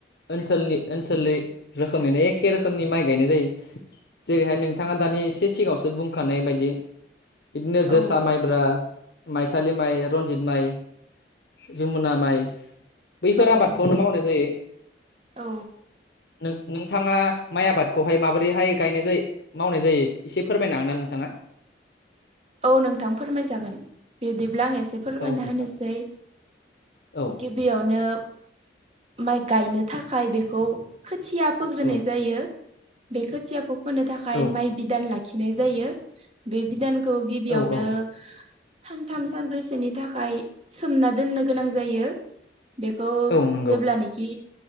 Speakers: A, on the left; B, on the right.
A: ओनसोलनि ओनसोलै रोखोमैनो ए खे रोखोमनि माइ गायनाय जायो जेरैहाय नोंथाङा दानि इसे सिगाङावसो बुंखानाय बायदि बिदिनो जोसा,
B: औ
A: माइब्रा, माइसालि माइ, रनजित माइ जुमुना माइ बैफोर
B: औ
A: आबादखौनो मावनाय जायो।
B: औ।
A: नों नोंथाङा माइ आबादखौहाय माबोरैहाय गायनाय जायो मावनाय जायो इसे फोरमायनो हागोनना नोंथाङा?
B: औ नोंथां फोरमायजागोन बि दिब्ला आं ए से फोरमायना
A: औ
B: होनोसै,
A: नोंथां औ
B: गिबियावनो माइ गायनो थाखाय बेखौ खोथिया फोग्रोनाय
A: औ
B: जायो बे खोथियाखौ फोनो थाखाय
A: औ
B: माइ बिदान लाखिनाय जायो बे बिदान खौ गिबियावनो
A: औ औ
B: सानथाम सानब्रैसोनि थाखाय सोमना दोननो गोनां जायो। बेखौ
A: औ नंगौ
B: जेब्लानोखि